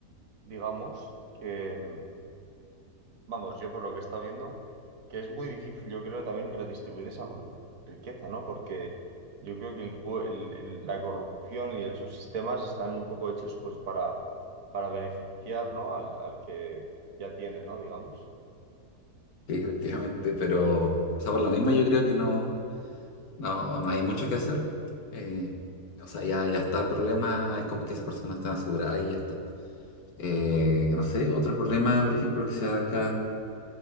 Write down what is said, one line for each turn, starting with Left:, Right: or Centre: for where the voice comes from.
Right: digamos, que, mm, vamos, yo por lo que he estado viendo, que es muy difícil, yo creo, también redistribuir esa bru- riqueza, ¿no? Porque yo creo que el, pue- el- el- la corrupción y el- los sistemas están un poco hechos pues para, para beneficiar, ¿no? Al, al que ya tiene, ¿no? Digamos.
Left: sí, efectivamente, pero, o sea, por lo mismo yo creo que no. No, no hay mucho que hacer. Eh, o sea, ya, ya está el problema, es como que esa persona está asegurada y ya está. Eh, no sé, otro problema, por ejemplo, que se da acá